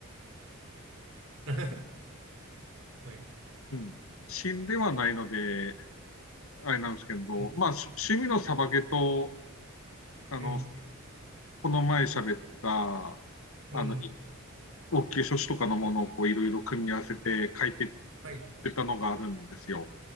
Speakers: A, on the right; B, on the left.
A: <laughs> はい。
B: うん。死んではないので、あれなんですけど、
A: うん、
B: まあ、し趣味のサバゲと、あの、
A: うん、
B: この前喋った、
A: うん。
B: あの、い応急処置とかのものをこういろいろ組み合わせて書いてっ
A: はい、
B: てたのがあるんですよ。